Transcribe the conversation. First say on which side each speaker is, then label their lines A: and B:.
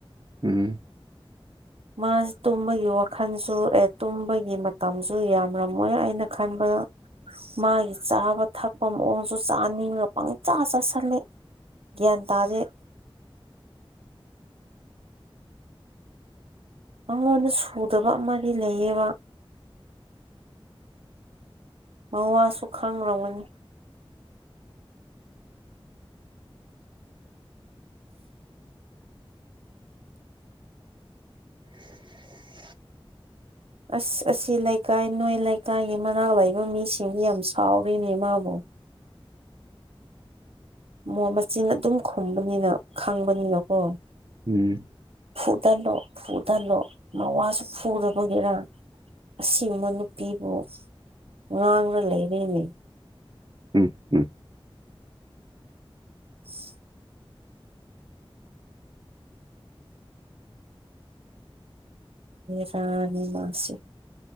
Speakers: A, on the right; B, on the right.
A: ꯎꯝ
B: ꯃꯥꯁꯤ ꯇꯨꯝꯕꯒꯤ ꯋꯥꯈꯜꯁꯨ ꯑꯦ ꯇꯨꯝꯕꯒꯤ ꯃꯇꯝꯁꯨ ꯌꯥꯝꯔꯝꯃꯣꯏ ꯑꯩꯅ ꯈꯟꯕꯗ ꯃꯥꯒꯤ ꯆꯥꯕ ꯊꯛꯄ ꯃꯑꯣꯡꯁꯨ ꯆꯥꯅꯤꯡꯉ ꯄꯪꯆꯥꯥ ꯆꯥꯁꯤꯜꯂꯦ ꯒ꯭ꯌꯥꯟ ꯇꯥꯗꯦ ꯑꯩꯉꯣꯟꯗ ꯁꯨꯗꯕ ꯑꯃꯗꯤ ꯂꯩꯌꯦꯕ ꯃꯋꯥꯁꯨ ꯈꯥꯡꯔꯝꯒꯅꯤ
A: <unintelligible>
B: ꯑꯁ ꯑꯁꯤ ꯂꯩꯀꯥꯏ ꯅꯣꯏ ꯂꯩꯀꯥꯏꯒꯤ ꯃꯅꯥꯛ ꯂꯩꯕ ꯃꯤꯁꯤꯡꯗꯤ ꯌꯥꯝ ꯁꯥꯎꯔꯤꯅꯦ ꯃꯥꯕꯨ ꯃ ꯃꯆꯤꯟ ꯑꯗꯨꯝ ꯈꯨꯝꯕꯅꯤꯅ ꯈꯪꯕꯅꯤꯅꯀꯣ
A: ꯎꯝ
B: ꯐꯨꯊꯜꯂꯣ ꯐꯨꯊꯜꯂꯣ ꯃꯋꯥꯁꯨ ꯐꯨꯗꯕꯒꯤꯔ ꯑꯁꯤꯒꯨꯕ ꯅꯨꯄꯤꯕꯨ ꯉꯥꯡꯅ ꯂꯩꯔꯤꯅꯤ
A: ꯎꯝ ꯎꯝ
B: <unintelligible> ꯕꯦꯔꯅꯤ ꯃꯥꯁꯤ